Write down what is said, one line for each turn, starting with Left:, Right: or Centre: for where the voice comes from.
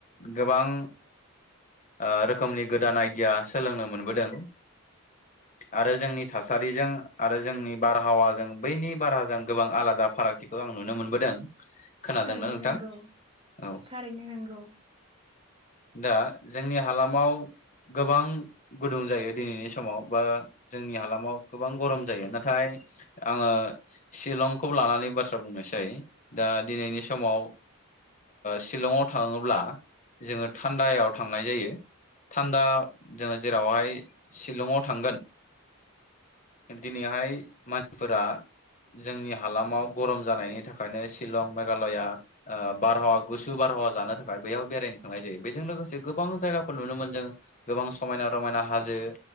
Left: गोबां ओ रोखोमनि गोदान आइदिया सोलोंनो मोनबोदों आरो जोंनि थासारिजों आरो जोंनि बारहावाजों बैनि बारहाजों गोबां आलादा फारागथिखौ आं नुनो मोनबोदों। खोनादोंना
Right: थारैनो
Left: नोंथां
Right: नंगौ
Left: औ
Right: थारैनो नंगौ।
Left: दा जोंनि हालामाव गोबां गुदुं जायो दिनैनि समाव बा जोंनि हालामाव गोबां गरम जायो नाथाय आङो शिलंखौ लानानै बाथ्रा बुंनोसै दा ओ दिनैनि समाव शिलंआव थाङोब्ला जोङो थान्दायाव थांनाय जायो थान्दा जोङो जेरावहाय शिलंआव थांगोन दिनैहाय मानसिफोरा जोंनि हालामाव गरम जानायनि थाखायनो शिलं मेघालया आ बारहावा गुसु बारहावा जानो थाखाय बयाव बेरायनो थांनाय जायो। बेजों लोगोसे गोबां जायगाफोर नुनो मोनो जों गोबां समायना रमायना हाजो